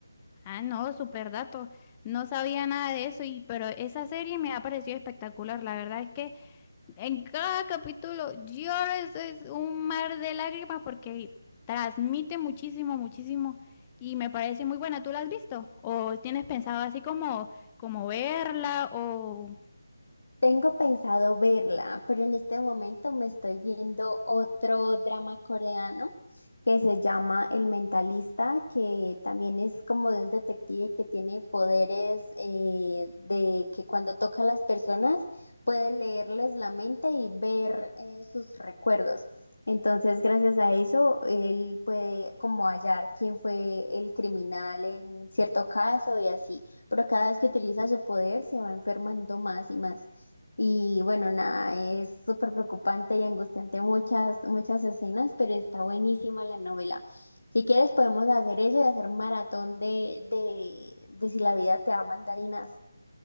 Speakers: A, on the left; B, on the left.
A: Ah, no, super dato. No sabía nada de eso, y, pero esa serie me ha parecido espectacular. La verdad es que en cada capítulo lloro, eso es un mar de lágrimas porque transmite muchísimo, muchísimo y me parece muy buena. ¿Tú la has visto? ¿O tienes pensado así como, como verla? ¿O
B: Tengo pensado verla, pero en este momento me estoy viendo otro drama coreano que se llama El Mentalista, que también es como de un detective que tiene poderes eh, de que cuando toca a las personas puede leerles la mente y ver eh, sus recuerdos. Entonces, gracias a eso, él puede como hallar quién fue el criminal en cierto caso y así. Pero cada vez que utiliza su poder, se va enfermando más y más. Y bueno, nada, es súper preocupante y angustiante muchas, muchas escenas, pero está buenísima la novela. Si quieres podemos hacer eso y hacer maratón de, de, de Si la vida te da mandarinas